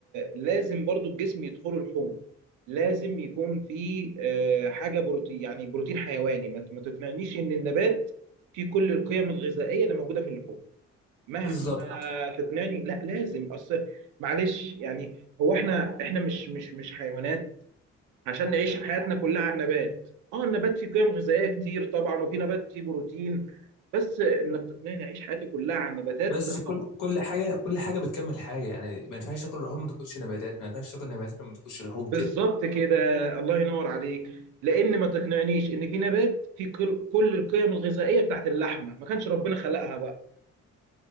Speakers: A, on the right; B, on the left.
A: لازم برضو الجسم يدخله لحوم لازم يكون في آه، حاجه بروتين يعني بروتين حيواني ما ت- ما تقنعنيش ان النبات فيه كل القيم الغذائيه اللي موجوده في اللحوم مهما
B: بالظبط
A: تقنعني لا لازم اصل معلش يعني هو احنا احنا مش مش مش حيوانات عشان نعيش حياتنا كلها على النبات اه النبات فيه قيم غذائيه كتير طبعا وفي نبات فيه بروتين بس انك تقنعني اعيش حياتي كلها على النباتات
B: بس
A: لا
B: كل
A: طبعا
B: كل حاجه كل حاجه بتكمل حاجه يعني ما ينفعش تاكل لحوم ما تاكلش نباتات ما ينفعش تاكل نباتات ما تاكلش لحوم
A: بالظبط
B: كده
A: كده الله ينور عليك لان ما تقنعنيش ان في نبات فيه كل كل القيم الغذائيه بتاعت اللحمه ما كانش ربنا خلقها بقى